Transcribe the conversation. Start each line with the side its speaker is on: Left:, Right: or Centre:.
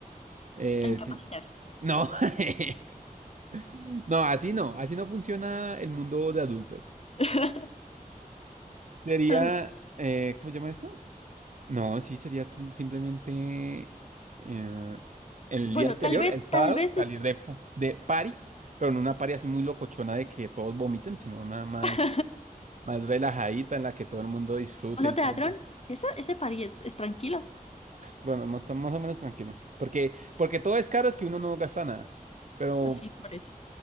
Right: eh,
Left: a incapacitar.
Right: sí- No, <laughs> no, así no, así no funciona el mundo de adultos.
Left: <laughs>
Right: Sería,
Left: A ver,
Right: eh, ¿cómo se llama esto? No, sí, sería sim- simplemente eh, el
Left: Bueno,
Right: día anterior,
Left: tal vez,
Right: el sábado,
Left: tal vez
Right: salir
Left: es...
Right: de, fu- de party, pero no una party así muy locochona de que todos vomiten, sino una más,
Left: <laughs>
Right: más relajadita en la que todo el mundo disfrute
Left: ¿Vamos
Right: el
Left: a teatrón?
Right: tiempo.
Left: Ese, ese party es, es tranquilo.
Right: Bueno, más, tan- más o menos tranquilo. Porque, porque todo es caro, es que uno no gasta nada. Pero,
Left: Así, por eso.